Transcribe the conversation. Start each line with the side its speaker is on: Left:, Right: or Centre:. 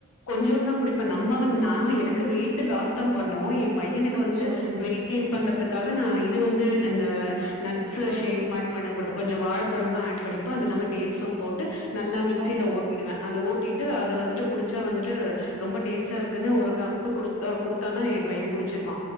Left: கொஞ்சோன்தா குடிப்ப நம்ம நா எனக்கு வெயிட் லாஸ் தா பண்ணு எம் பையனுக்கு
Right: ஓகே
Left: வந்துட்டு
Right: ஓகேங்க
Left: வெயிட் கெயின் பண்றதுக்காக நா இது வந்து அந்த நட்ஸ்
Right: ஆ
Left: ஷேக் மாரி பண்ண கொடு கொஞ்சம் வாழைப்பழமு ஆட் பண்ணிப்பே அது இல்லாம டேட்ஸும் போட்டு நல்லா மிக்சில
Right: ஆ
Left: ஓட்டிடுவே அத ஓட்டிட் டு அது வந்துட்டு குடிச்சா வந்துட்டு ரொம்ப டேஸ்ட்டா இருக்குனு ஒரு கப்பு கு குடுத்தாலு என் பையன் குடிச்சீர்வா